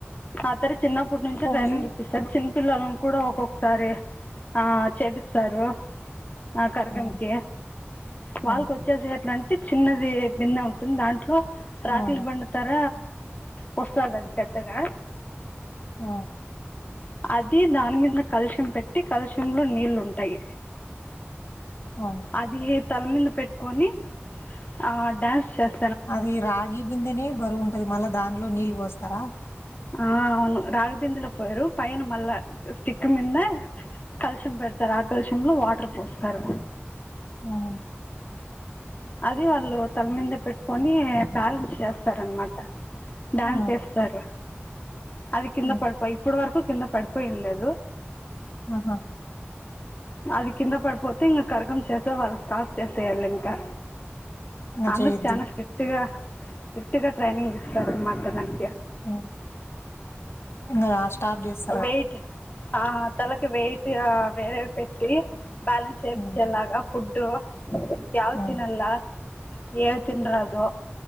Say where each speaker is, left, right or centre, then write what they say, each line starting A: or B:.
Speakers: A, on the left; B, on the left.
A: అతర చిన్న
B: పోలి
A: ట్రైనింగ్ ఇప్పిస్తారు చిన్నపిల్లలను కూడా ఒక్కొక్కసారి ఆ చేపిస్త సారు ఆ కర్గంకి
B: హ్మ్.
A: వాళ్ళకి
B: హ్మ్.
A: వచ్చేస ఎట్లంటే అ చిన్నది బిందె ఉంటుంది దాంట్లో రాకులి
B: అవును.
A: బండు తర వొస్తదాది పెద్దగా
B: ఆ
A: అది దాని మీద కాలషం పెట్టి కలుషంలో నీళ్ళు ఉంటాయి
B: అవును.
A: అది తల మీద పెట్టుకొని ఆ డ్యాన్స్ చేస్
B: అది రాగి బిందెనే బరువు ఉంటది మళ్ళా దానిలో నీళ్ళు పోస్తారా
A: ఆ అవును రాగి బిదింలో పోయారు పైన మళ్ళా స్టిక్ మీింద కాళషం పెడతారు ఆ కాళషంలో వాటర్ పోస్తారు
B: హ్మ్.
A: అది వాళ్ళు తల మీద పెట్టుకొని బ్యాలెన్స్ చేస్తారనమాట డ్యాన్స్
B: హ్మ్.
A: ఎస్తారు అది కింద
B: హ్మ్.
A: పడిపోయి ఇప్పుడు వరకు పడిపోయిండదు
B: ఆహా
A: అది కింద పడిపోతే ఇంకా కరకం చేసే వాళ్ళు స్టార్ట్ చేసేయళి ఇంకా
B: ఇంగ
A: అందుకు
B: చేయొద్దు.
A: చనా స్ట్రిక్ట్గా స్ట్రిక్ట్ గా ట్రైనింగ్ ఇస్తారుమాట దనికి
B: అ ఇంకా స్టార్ప్ చేస్త
A: వెయిట్ అ తలకి వెయిట్ ఇగ వేరే పెట్టి బ్యాలెన్స్ చేపించేలాగా
B: హ్మ్.
A: ఫుడ్ యావ్
B: హ్మ్.
A: తినల్లా ఏవ్ తిన్నారాదు